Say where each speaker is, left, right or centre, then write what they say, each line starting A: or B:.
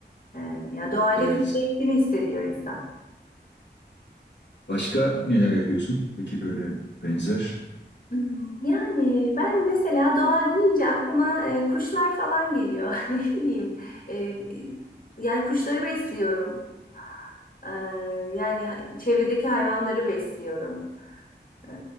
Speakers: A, on the left; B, on the left.
A: Ee, ya doğayla
B: evet.
A: bütünleştiğini hissediyor insan.
B: Başka neler yapıyorsun? Peki böyle benzer.
A: Hmm, Yani ben mesela doğa deyince aklıma e, kuşlar falan geliyor. <laughs> Ne bileyim. e, yani kuşları besliyorum. Ee, yani ha- çevredeki hayvanları besliyorum. Ee,